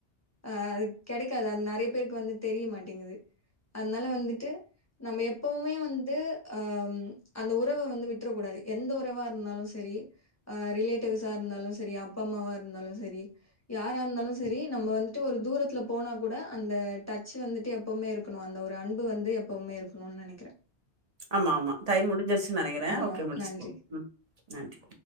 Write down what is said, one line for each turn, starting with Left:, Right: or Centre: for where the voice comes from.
Left: ஆ அது கெடைக்காது அது நெறைய பேருக்கு வந்து தெரிய மாட்டேங்குது அதனால வந்துட்டு நம்ம எப்பவுமே வந்து ஆ அந்த உறவ வந்து விட்றக்கூடாது எந்த உறவா இருந்தாலும் செரி ஆ ரிலேட்டிவ்ஸா இருந்தாலும் செரி அப்பா அம்மாவா இருந்தாலும் செரி யாரா இருந்தாலும் செரி நம்ம வந்துட்டு ஒரு தூரத்துல போனா கூட அந்த டச் வந்துட்டு எப்பவுமே இருக்கணு அந்த ஒரு அன்பு வந்து எப்பவுமே இருக்கணுன்னு நனைக்கிறே
Right: ஆமா ஆமா டைம் முடிஞ்சிருச்சு நனைக்கிறேன்
Left: ஆமா.
Right: ஓகே முடிச்சுக்கலாம்
Left: நன்றி.
Right: ம் நன்றி